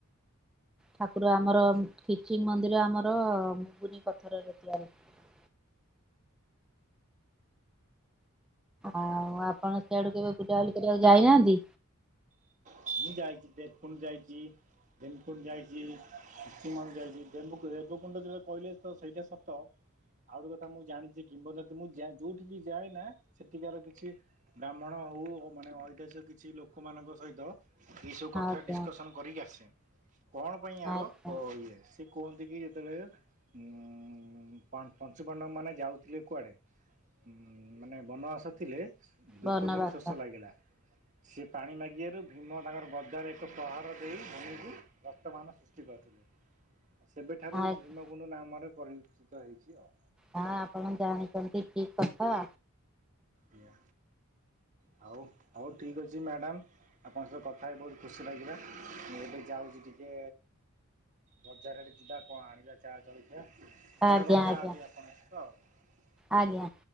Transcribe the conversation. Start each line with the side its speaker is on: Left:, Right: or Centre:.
Centre: ଠାକୁର ଆମର ଖିଚିଂ ମନ୍ଦିର ଆମର ମୁଗୁନି ପଥରରେ ତିଆରି। <unintelligible> ଆଉ ଆପଣ ସେଆଡୁ କେବେ ବୁଲାବୁଲି କରିବାକୁ ଯାଇନାହାନ୍ତି?
Right: ମୁଁ ଯାଇଛି ଦେବକୁଣ୍ଡ ଯାଇଛି। ଭୀମକୁଣ୍ଡ ଯାଇଛି ଶ୍ରୀମାନ ଯାଇଛି ଦେବୁକୁଣ୍ଡ ଯଉ କହିଲେ ତ ସେଇଟା ସତ ଆଉ ଗୋଟେ କଥା ମୁଁ ଜାଣିଛି କିମ୍ବଦନ୍ତୀ ମୁଁ ଯା ଯୋଉଠିକି ଯାଏ ନା ସେଠିକାର କିଛି ବ୍ରାହ୍ମଣ ହଉ ମାନେ ଐତିହାସିକ କିଛି ଲୋକମାନଙ୍କ ସହିତ ଏସବୁ କଥା
Centre: ଆଜ୍ଞା
Right: ଡିସକସନ୍ କରିକି ଆସେ। କଣ ପାଇଁ ଆର
Centre: ଆଜ୍ଞା
Right: ଇଏ ସେ କୁହ ନ୍ତି କି ଯେତେବେଳେ ଉମ ପଞ୍ଚୁ ପାଣ୍ଡବ ମାନେ ଯାଉଥିଲେ କୁଆଡ଼େ ଉମ ମାନେ ବନବାସ ଥିଲେ ଦ୍ରୌପଦୀଙ୍କୁ
Centre: ବନବାସ
Right: ଶୋଷ ଲାଗିଲା ସେ ପାଣି ମାଗିବାରୁ ଭୀମ ତାଙ୍କର ଗଦାରେ ଏକ ପ୍ରହର ଦେଇ ଭୂମିକୁ ରକ୍ତମାନ ସୃଷ୍ଟି କରିଥିଲେ ସେବେଠାରୁ
Centre: ଆଜ୍ଞା।
Right: ଭୀମଗକୁଣ୍ଡୁ ନାମରେ ପରିଚିତ ହେଇଛି ଆଉ।
Centre: ହଁ ଆପଣ ଜାଣିଛନ୍ତି ଠିକ କଥା।
Right: ଆଜ୍ଞା ହଉ ହଉ ଠିକ୍ ଅଛି ମ୍ୟାଡ଼ାାମ। ଆପଣଙ୍କ ସହ କଥା ହେଇ ବହୁତ ଖୁସି ଲାଗିଲା ମୁଁ ଏବେ ଯାଉଛି ଟିକେ ବଜାର ଆଡେ ଯିବା କଣ ଆଣିବା ଚା ଜଳଖି ଥରେ
Centre: ଆଜ୍ଞା
Right: କଥା
Centre: ଆଜ୍ଞା।
Right: ହେବି ଆପଣଙ୍କ ସହିତ ଆଉ।
Centre: ଆଜ୍ଞା।